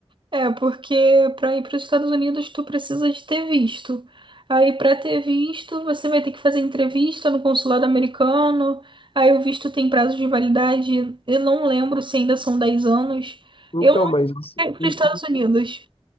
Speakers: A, on the right (about 50°); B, on the left (about 65°).
A: É, porque para ir para os Estados Unidos tu precisa de ter visto. Aí para ter visto, você vai ter que fazer entrevista no consulado americano. Aí o visto tem prazo de validade. Eu não lembro se ainda são 10 anos.
B: Então,
A: Eu não
B: mas isso-
A: quero ir
B: e,
A: para os Estados Unidos.